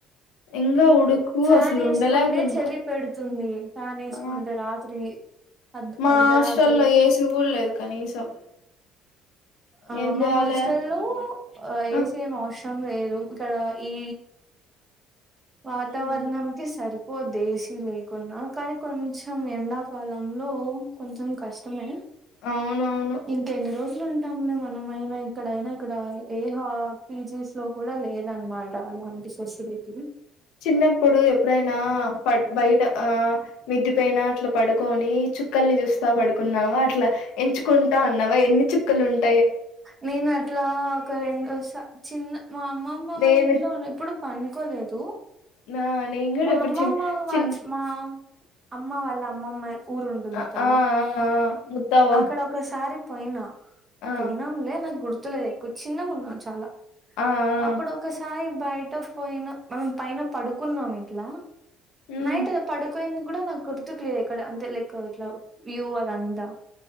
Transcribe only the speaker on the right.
ఫ్యాన్
వేసుకుంటే
చలి పెడుతుంది ఫ్యాన్ వేసుకుంటే
రాత్రి అర్ధ
అర్ధరాత్రి
ఆ
మా
హాస్టల్లో ఏసీ
ఏం అవసరం వేరు ఇక్కడ ఈ వాతావరణంకి
సరి పోద్ది ఏశీ లేకున్నా కానీ కొంచెం ఎండాకాలంలో కొంచెం కష్టమే
ఇంక ఎన్ని రోజులుం మనమైనా ఇక్కడైనా ఇక్కడ ఏ హ పీజీస్ లో కూడా లేదనమాట అలాంటి ఫెసిలిటీ
నేను అట్లా ఒక రెండో చిన్న మా అమ్మమ్మ వాళ్ల
ఇంట్లోనీ ఎప్పుడు పనుకోలేదు
మా
అమ్మమ్మ
వా
మా అమ్మ వాళ్ళ అమ్మమ్మయి ఊరుంటుంది
కదా
అక్కడ ఒకసారి పోయినా
పోయినాంలే నాకు గుర్తు గుర్తులేదు ఎక్కువ చిన్నగా ఉన్నా చాలా
అప్పుడు ఒకసారి బయట పోయినా మేం పైన పడుకున్నాం ఇట్లా
నైట్ అది పడుకోనింది కూడా నాకు గుర్తుకులేదు ఇక్కడ అంతే లైక్ ఇట్లా వ్యూ అదంతా